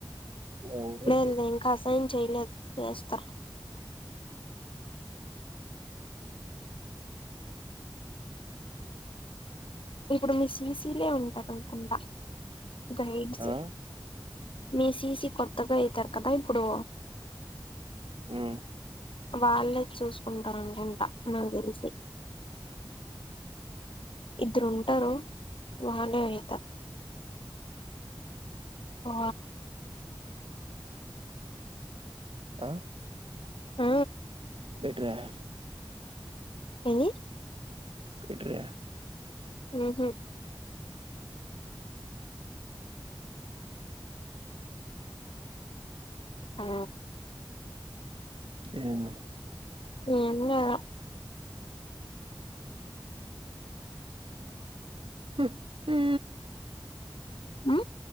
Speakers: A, on the right (about 80°); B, on the left (about 80°).
A: ఎవరో
B: లేదులే
A: తెలీదు
B: ఇంకా అసైన్ చేయలేదు చేస్తా ఇప్పుడు మీ సీసీలే ఉంటారు అనుకుంటా గైడ్స్
A: ఆ
B: మీసీసిీ కొత్తగా అవుతారు కదా ఇప్పుడు
A: హ్మ్మ్
B: వాళ్ళే చూసుకుంటారనుకుంటా నాకు తెలిసి ఇద్దరుంటారు వాళ్ళేవేత ఓ
A: ఆ
B: ఆ
A: పెట్టావ్
B: ఏనీ
A: పెటర్
B: ఉహు ఆ
A: ఏమి
B: యనియా
A: ఉహు
B: ఉ